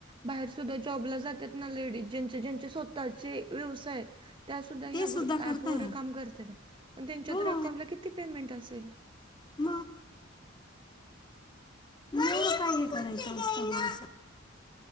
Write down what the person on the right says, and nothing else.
बाहेर सुद्धा जॉबला जात्यात ना लेडीज ज्यांचे-ज्यांचे स्वतःचे व्यवसाय आहे. त्यासद्धा ह्या
ग्रु
ऍपवर काम करत्यांत पण त्यांच्या
तर अकाउंटला किती पेमेंट असेल?